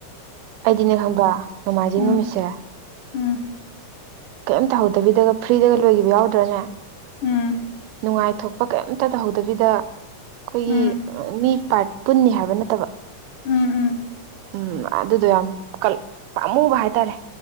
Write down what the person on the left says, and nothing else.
ꯎꯝ
ꯎꯝ
ꯎꯝ
ꯎꯝ
ꯎꯝ ꯎꯝ